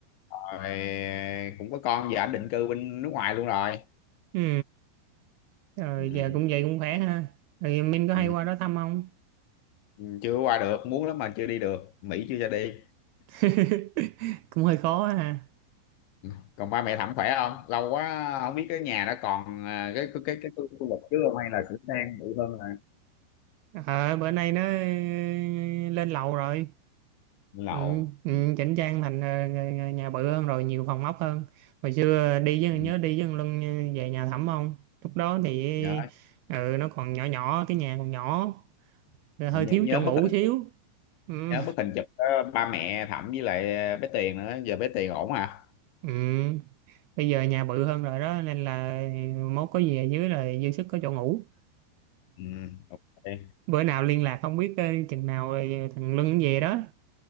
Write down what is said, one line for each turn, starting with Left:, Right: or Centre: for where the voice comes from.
Left: rồi cũng có con giờ anh định cư bên nước ngoài luôn rồi
Right: ừ rồi
Left: ừ.
Right: giờ cũng vậy cũng khỏe ha rồi Minh có
Left: Ừ.
Right: hay qua đó thăm không
Left: ừ, chưa qua được muốn lắm mà chưa đi được Mỹ chưa cho đi
Right: <laughs> cũng hơi khó ha
Left: Ừ. còn ba mẹ thẩm khỏe không lâu quá không biết cái nhà đó còn à, cái cái cái cái khu khu vực trước không hay là sửa sang bự hơn rồi
Right: ờ bữa nay nó ờ, lên lầu rồi
Left: lậu
Right: Ừ, ừ,
Left: ừ.
Right: chỉnh trang thành ờ, nhà nhà bự hơn rồi nhiều phòng ốc hơn hồi xưa đi với
Left: ừ.
Right: nhớ đi với thằng Luân về nhà thẩm không lúc đó thì
Left: nhớ
Right: ừ, nó còn nhỏ nhỏ cái nhà còn nhỏ rồi
Left: nhớ
Right: hơi thiếu
Left: nhớ
Right: chỗ ngủ
Left: bức hình
Right: xíu ừ,
Left: nhớ bức hình chụp đó, ba mẹ thẩm với lại bé Tiền nữa giờ bé Tiền ổn hả
Right: ừ. bây giờ nhà bự hơn rồi đó nên là mốt có gì ở dưới là dư sức có chỗ ngủ
Left: ừ. ok ừ.
Right: bữa nào liên lạc không biết ờ, chừng nào ờ, thằng Luân về đó